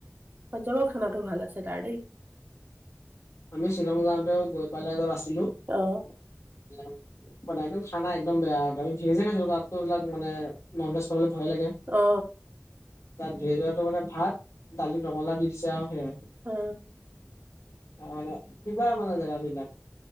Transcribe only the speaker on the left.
আমি শ্বিলং যাওঁতেও গৈ পেলাই যত আছিলো
<unintelligible> মানে একদম খানা একদম বেয়া। আমি ভেজে খাইছিলো। তাতটো এইবিলাক মানে নন ভেজ খাবলে ভয়ে লাগে।
তাত ভেজৰটো মানে ভাত, দালিত ৰঙালাও দি দিছে আৰু সেয়াই।
আ মানে কিবা মানে জেগাবিলাক।